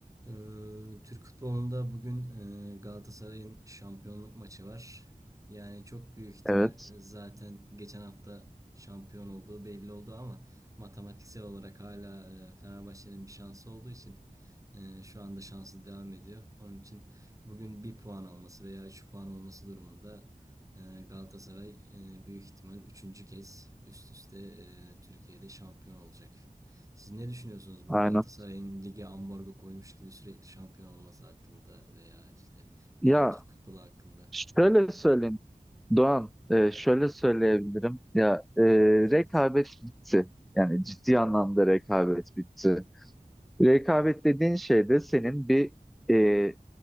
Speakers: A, on the right; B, in the centre.
A: Ee, Türk futbolunda bugün e, Galatasaray'ın şampiyonluk maçı var. Yani çok büyük ihtimal
B: Evet,
A: e, zaten geçen hafta şampiyon olduğu belli oldu ama matematiksel olarak hala e, Fenerbahçe'nin bir şansı olduğu için e, şu anda şansı devam ediyor. Onun için bugün bir puan alması veya 3 puan olması durumunda e, Galatasaray e, büyük ihtimal üçüncü kez üst üste e, Türkiye'de şampiyon olacak. Siz ne düşünüyorsunuz bu
B: aynen.
A: Galatasaray'ın lige ambargo koymuş gibi sürekli şampiyon olması hakkında veya işte genel
B: Ya
A: Türk futbolu hakkında?
B: şöyle söyleyeyim Doğan, e, şöyle söyleyebilirim. Ya e,
A: Evet,
B: rekabet bitti. Yani ciddi anlamda rekabet bitti. Rekabet dediğin şey de senin bir e,